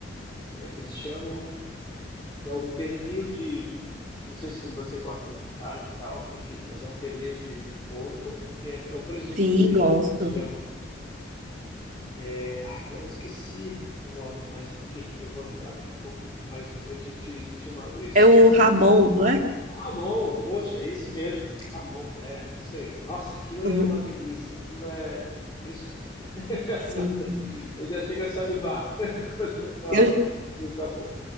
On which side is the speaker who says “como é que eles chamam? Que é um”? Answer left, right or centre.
Left